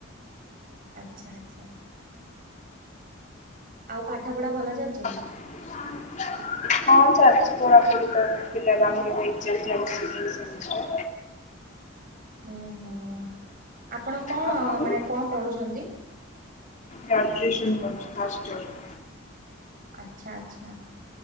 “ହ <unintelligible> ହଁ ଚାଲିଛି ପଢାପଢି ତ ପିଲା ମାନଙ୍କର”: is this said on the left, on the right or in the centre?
Left